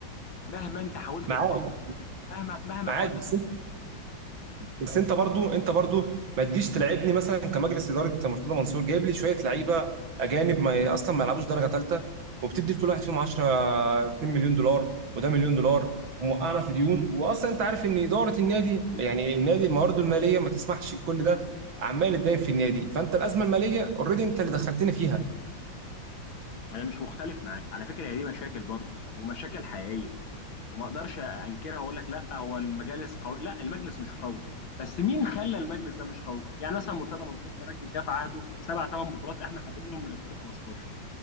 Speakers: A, on the left (about 85°); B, on the right (about 85°).
A: مهما انت حاولت
B: معاك
A: تطلع مهما مهما
B: معاك
A: حاولت
B: بس بس انت برضو انت برضو ما تجيش تلعبني مثلا كمجلس اداره مرتضى منصور جايب لي شويه لعيبه اجانب ما اصلا ما يلعبوش درجه ثالثه وبتدي لكل واحد فيهم 10 2 مليون دولار وده مليون دولار وموقعنا في ديون واصلا انت عارف ان اداره النادي يعني النادي موارده الماليه ما تسمحش بكل ده عمال اتداين في النادي فانت الازمه الماليه اوريدي انت اللي دخلتني فيها
A: انا مش مختلف معاك على فكره هي دي مشاكل برضه ومشاكل حقيقيه وما اقدرش انكرها واقول لك لا هو المجالس قوي لا المجلس مش قوي بس مين خلى المجلس ده مش قوي يعني مثلا مرتضى منصور ده راجل جه في عهده سبع ثمان بطولات احنا حاطينهم من 2015